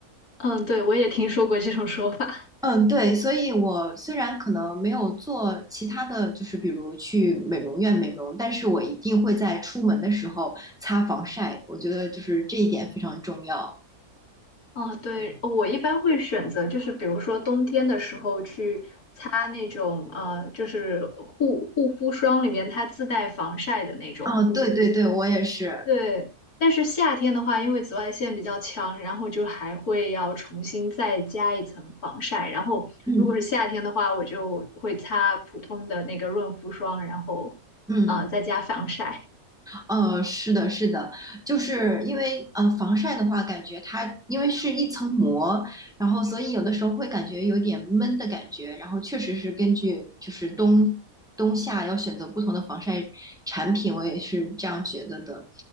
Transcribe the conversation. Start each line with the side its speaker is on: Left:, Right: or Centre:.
Left: 嗯，对，我也听说过这种说法。
Centre: 嗯，对，所以我虽然可能没有做其他的就是，比如去美容院美容，但是我一定会在出门的时候擦防晒，我觉得就是这一点非常重要。
Left: 哦，对，我一般会选择就是比如说冬天的时候去擦那种呃，就是护护肤霜里面它自带防晒的那种护肤。
Centre: 嗯，哦，对对对，我也是。
Left: 对，但是夏天的话，因为紫外线比较强，然后就还会要重新再加一层防晒。然后如果是夏天的话，
Centre: 嗯
Left: 我就会擦普通的那个润肤霜，然后呃再加防晒。
Centre: 嗯。呃，是的，是的，就是因为呃，防晒的话，感觉它因为是一层膜，然后所以有的时候会感觉有点闷的感觉，然后确实是根据就是冬冬夏要选择不同的防晒产品，我也是这样觉得的。